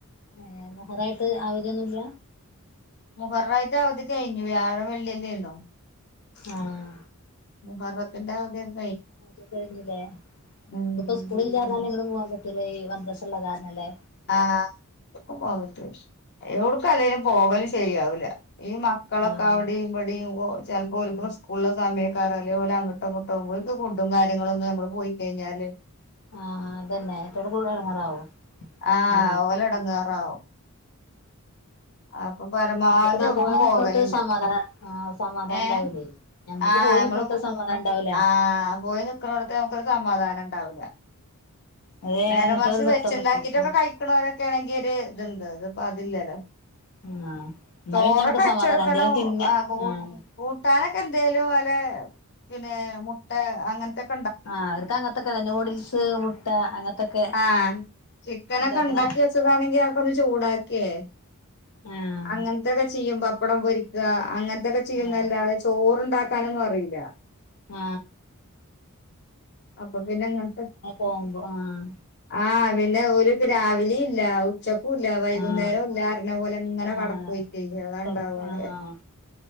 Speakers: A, on the left (about 80°); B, on the left (about 50°).
A: ഏഹ് മുഹറായിട്ട് ആവധിയൊന്നുല്ല?
B: മുഹറായിട്ട് അവധി കഴിഞ്ഞ് വ്യാഴും വെള്ളിയല്ലേര്ന്നു.
A: ആഹ്
B: മുഹറത്തിന്റെ അവധി എ
A: അത് കഴിഞ്ഞ്ലെ
B: ഉം
A: ഇതിപ്പോ സ്കൂളില്ലാർന്നാല്
B: ഉം.
A: എങ്ങട് പോവാൻ പ ത്ത്ലെ മദ്രസ ഇള്ള കാരണ അല്ലേ.
B: ആഹ് ഒക്കുംപോവര്ത് എവ്ട്ക്കും അല്ലേല് പോവല് ശെരിയാവൂല. ഈ മക്കളൊക്കെ
A: ആഹ്
B: അവിടെയും ഇവിടെയും ഒ ചെലപ്പ ഓൽക്ക്
A: ഉം
B: സ്കൂളില സമയം ക്കാരെ ഓല് അങ്ങട്ടോ ഇങ്ങട്ടോ പോയി ഓൽക്ക് ഫുഡും കാര്ങ്ങളൊന്നും നമ്മള് പോയി കഴഞ്ഞാല്
A: ആ അതന്നെ <unintelligible> കൂടെ എടങ്ങറാവും
B: ആഹ്
A: ആ
B: ഓല് എടങ്ങേറാവും അപ്പൊ പരമാവധി
A: നമുക്ക്
B: എവിട്ക്കും
A: പോയി
B: പോകലില്ല
A: നിക്കോട്ത്ത് സമാധാനം ആഹ് സമാധാനം ഉണ്ടാവൂലേ
B: ഏ
A: ഞമ്മക്ക്
B: ആ
A: പോയി
B: നമ്മള്
A: നിക്കോട്ത്ത് സമാധാനം ഉണ്ടാവൂല
B: ആ പോയി നിക്കണോടത്ത് നമക്കൊരു സമാധാനം ഉണ്ടാവില്ല
A: അത്
B: നേരെ
A: എങ്ങട്ടോര്
B: മറിച്ച്
A: നിർത്തം
B: വെച്ചണ്ടാക്കിട്ടൊക്കെ
A: നിക്കും ആഹ്
B: കഴിക്കണവരൊക്കെ ആണെങ്കി ഇതുണ്ട ഇതിപ്പതില്ലല്ലോ
A: ആഹ് ആഹ് എന്നാ
B: ചോറക്കെ
A: പിന്നെ നമുക്കൊരു
B: വെച്ച്
A: സമാധാനം
B: കൊടുക്കണം
A: എന്തേലും തിന്ന
B: ആ
A: ആഹ്
B: കൂട്ടാനൊക്കെ എന്തേലും പല പിന്നെ മുട്ട അങ്ങനത്തെക്ക
A: ആ അവർക്ക് അങ്ങനത്തൊക്കെ നൂഡിൽസ് മുട്ട അങ്ങനത്തൊക്കെ
B: ആഹ് ചിക്കനൊക്കെ
A: ഇണ്ടാക്കണ
B: ഉണ്ടാക്കി വെച്ചതാണെങ്കി ആക്ക ഒന്ന് ചൂടാക്കിയേ
A: ആഹ്
B: അങ്ങനത്തൊക്കെ ചെയ്യും പപ്പടം പൊരിക്കുക അങ്ങനത്തൊക്കെ ചെയ്യുംല്ലാതെ
A: ആഹ്
B: ചോറണ്ടാക്കാനൊ ന്നും അറിയില്ല
A: ആ
B: അപ്പൊ പിന്നെങ്ങൻത്തെ
A: പോകുമ്പോ ആഹ്
B: ആ പിന്നെ ഓര്ക്ക് രാവിലെ ഇല്ല ഉച്ചക്കൂല്ല വൈകുന്നേരോല്ല
A: ആഹ്
B: അർഞ്ഞ പോലെ ഇങ്ങനെ
A: ആഹ്
B: <unintelligible> അതാണ്ടാവ
A: കൊടുക്ക
B: <unintelligible>
A: ആഹ്